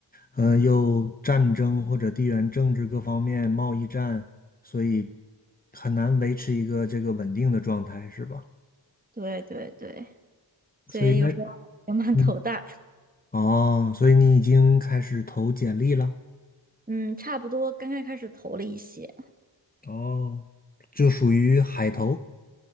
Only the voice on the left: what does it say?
呃，又战争或者地缘政治各方面贸易战，所以很难维持一个这个稳定的状态，是吧？
所以那，嗯，哦，所以你已经开始投简历了。
哦，就属于海投。